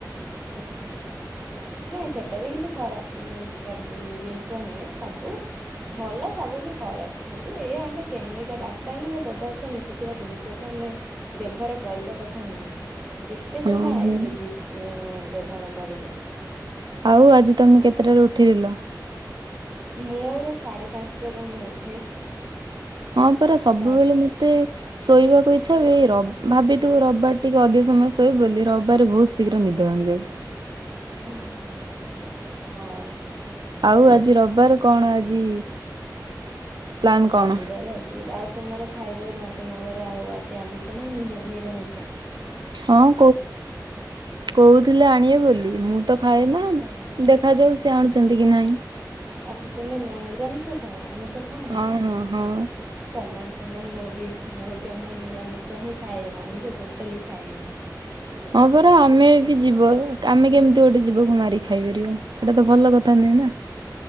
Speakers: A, in the centre; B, on the right (about 90°).
A: ଆଚ୍ଛା ଆଚ୍ଛା। ନାଇଁ ସେଟା ବି କିଛି ଖରାପ ଜିନିଷ ନୁହେଁ ସବୁ ଭଲ ସବୁ ବି ଖରାପ କିନ୍ତୁ ଏଇଆ ଆମେ କେମିକା ରାସାୟନିକ ପଦାର୍ଥ ମିଶୁଥିବା ଜିନିଷକୁ ଆମେ ବ୍ୟବହାର କରିବା କଥା ନୁହେଁ। ଯେ ଯେତେ
B: ହଁ
A: ତମେ ଆୟୁର୍ବେଦିକ
B: ହଁ।
A: ବ୍ୟବହାର କରିବ।
B: ହଉ ଆଜି ତମେ କେତେଟାରେ ଉଠିଥିଲ?
A: ମୋର ସାଢେ ପାଞ୍ଚଟାରେ ମୁଁ ଉଠେ।
B: ହଁ ପରା ସବୁବେଳେ
A: ପାଞ୍ଚ
B: ମତେ ଶୋଇବାକୁ ଇଚ୍ଛା ହୁଏ ର ଭାବିଥିବୁ ରବିବାର ଟିକେ ଅଧିକ ସମୟ ଶୋଇବୁ ବୋଲି ରବିବାରେ ବହୁତ ଶୀଘ୍ର ନିଦ ଭାଙ୍ଗି ଯାଉଛି।
A: ହଁ।
B: ଆଉ ଆଜି ରବିବାର କଣ ଆଜି? ପ୍ଲାନ୍ କଣ?
A: ରବିବାର ଆଜି ଆଉ ତୁମର? ଖାଇବାକୁ କଣ ତୁମ ଘରେ ଆଉ ଆଜି ଆମିଷ ନା ନିରାମିସ?
B: ହଁ କହୁଥିଲେ ଆଣିବେ ବୋଲି ମୁଁ ତ ଖାଏନା ଦେଖ
A: ହଁ
B: ଦେଖାଯାଉ ସେ ଆଣୁଛନ୍ତି କି ନାଇଁ?
A: ଆଚ୍ଛା ତୁମେ ନୀରାମିଷ ଖାଅ ଆମିଷ ଖାଅନି?
B: ହଁ ହଁ ହଁ।
A: ସମାନ ସମାନ ମୁଁ ବି ମୁଁ ଜମା ନିରାମିଷ ହିଁ ଖାଏ ଆମିଷ ଟୋଟାଲି ଖାଏନି।
B: ହଁ ପରା ଆମେ ବି ଯିବ ଆମେ କେମିତି ଗୋଟେ ଯିବକୁ ମାରିକି ଖାଇପାରିବା। ଏଟା ତ ଭଲ କଥା ନୁହେଁ ନା।